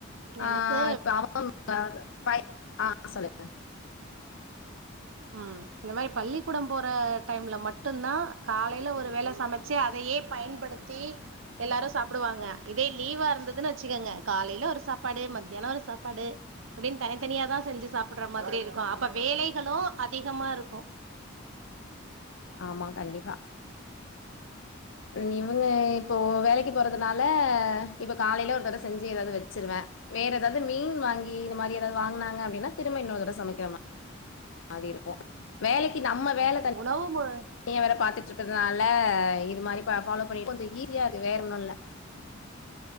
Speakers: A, on the left (about 70°); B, on the right (about 70°).
A: ஆஹ்
B: எனக்கு
A: இப்ப அவ வய ஆஹ் சொல்லுங்க
B: உம் இந்த மாதிரி பள்ளிக்கூடம் போற டைம்ல மட்டுும்தான் காலையில ஒரு வேலை சமைச்சு அதையே பயன்படுத்தி எல்லாரும் சாப்பிடுவாங்க இதே லீவா இருந்ததுன்னு வச்சுக்கோங்க காலையில ஒரு சாப்பாடு மத்தியானம் ஒரு சாப்பாடு அப்படின்னு தனித்தனியா தான் செஞ்சு சாப்பிடுற மாதிரி இருக்கும் அப்ப வேலை களும் அதிகமா இருக்கும்
A: ஆமா கண்டிப்பா உ இவங்க இப்போ வேலைக்கு போறதுனால இப்ப காலையில ஒரு தடவை செஞ்சு ஏதாவது வச்சிருவேன் வேற ஏதாவது மீன் வாங்கி ங்க இது மாதிரி ஏதாவது வாங்கினாங்க வேனுனா திரும்ப இன்னோரு தடவ சமைக்கிறமா மாதிரி இருக்கும் வேலைக்கு நம்ம
B: அ
A: வேலை தனி
B: உணவு மு
A: வேற பார்த்துட்டு இருக்கிறதுனால இது மாதிரி ஃபாலோ கொஞ்சம் ஈசியாது வேற என்னும் இல்ல